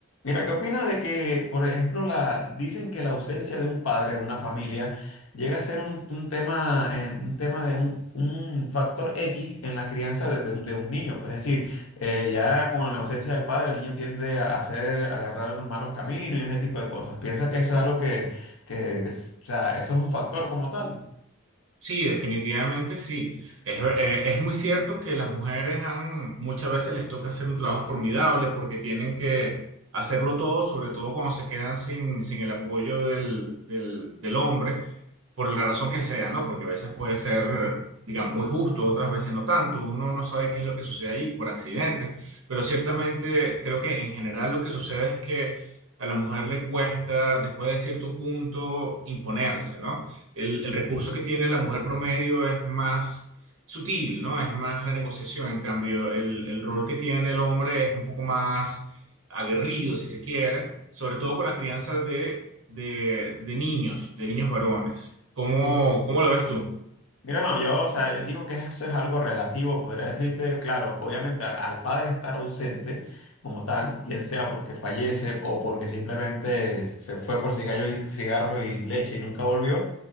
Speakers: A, on the left; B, on the right.
A: Mira, ¿qué opinas de que, por ejemplo, la, dicen que la ausencia de un padre en una familia llega a ser un, un tema, eh, un tema de un, un factor X en la crianza de, de un, de un niño? Pues es decir, eh, ya con la ausencia del padre, el niño tiende a hacer, a agarrar malos caminos y ese tipo de cosas. ¿Piensa que eso es algo que, que, que es- o sea, eso es un factor como tal?
B: Sí, definitivamente sí. Es, ver- eh, es muy cierto que las mujeres han, muchas veces les toca hacer un trabajo formidable porque tienen que hacerlo todo, sobre todo cuando se quedan sin, sin el apoyo del, del, del hombre, por la razón que sea, ¿no? Porque a veces puede ser, digamos, muy justo, otras veces no tanto. Uno no sabe qué es lo que sucede ahí por accidentes, pero ciertamente creo que en general lo que sucede es que a la mujer le cuesta, después de cierto punto, imponerse, ¿no? el, el recurso que tiene la mujer promedio es más sutil, ¿no? Es más la negociación. En cambio, el, el rol que tiene el hombre es un poco más aguerrido, si se quiere, sobre todo con la crianza de, de, de niños, de niños varones. ¿Cómo,
A: Sí,
B: cómo lo ves tú?
A: Mira, no, yo, o sea, yo digo que eso es algo relativo, podría decirte, claro, obviamente al, al padre estar ausente como tal, bien sea porque fallece o porque simplemente se fue por cigallos y- cigarros y leche y nunca volvió,